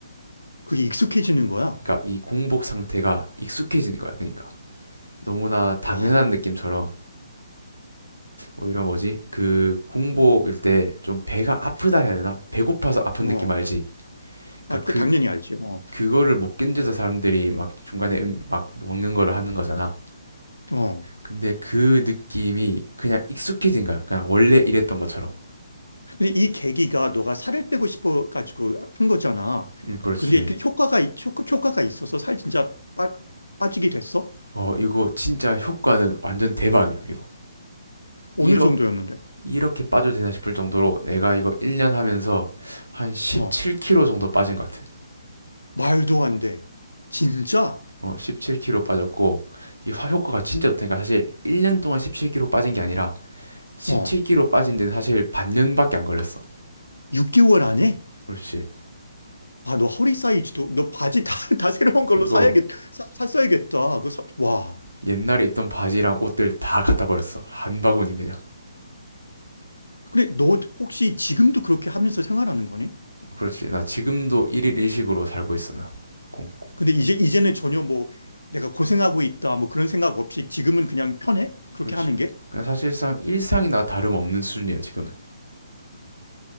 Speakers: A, on the left; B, on the right.
A: 그게 익숙해지는 거야?
B: 그러니까 이 공복 상태가 익숙해지는 거야. 그러니까 너무나 당연한
A: 와,
B: 느낌처럼 오히려 뭐지? 그 공복일 때 좀 배가 아프다 해야 되나? 배고파서 아픈
A: 어.
B: 느낌 알지?
A: 아,
B: 그러니까
A: 그
B: 그
A: 당연히 알지. 어,
B: 그거를 못 견뎌서 사람들이 막 중간에 음, 막 먹는 거를 하는 거잖아.
A: 어.
B: 근데 그 느낌이 그냥 익숙해진 거야. 그냥 원래 이랬던 것처럼.
A: 근데 이 계기가 너가 살을 빼고 싶어 가지고 한 거잖아.
B: 음, 그렇지.
A: 근데 이렇게 효과가 있- 효과, 효과가 있어서 살 진짜 빠, 빠지게 됐어?
B: 어, 이거 진짜 효과는 완전 대박이야, 이거.
A: 어느
B: 이렇게
A: 정도였는데?
B: 이렇게 빠져도 되나 싶을 정도로 내가 이거 1년 하면서 한 17kg
A: 어.
B: 정도 빠진 것 같아.
A: 말도 안 돼. 진짜?
B: 어, 17kg 빠졌고 이 화효과가 진짜 좋다니까 사실 1년 동안 17kg 빠진 게 아니라 17kg
A: 어.
B: 빠진 데는 사실 반년밖에 안 걸렸어.
A: 6개월 안에?
B: 그렇지.
A: 와, 너 허리 사이즈도 너 바지 다, <laughs> 다 새로운 걸로
B: 이거
A: 사야겠 사, 샀어야겠다. 그 사, 와.
B: 옛날에 입던 바지랑 옷들 다 갖다 버렸어. 한 바구니 그냥.
A: 근데 너 혹시 지금도 그렇게 하면서 생활하는 거니?
B: 그렇지. 나 지금도 일일 일식으로 살고 있어 나. 꽁꽁.
A: 근데 이제 이제는 전혀 뭐 내가 고생하고 있다 뭐 그런 생각 없이 지금은 그냥 편해? 그렇게
B: 그렇지.
A: 하는 게?
B: 그냥 사실상 일상이나 다름없는 수준이야 지금은.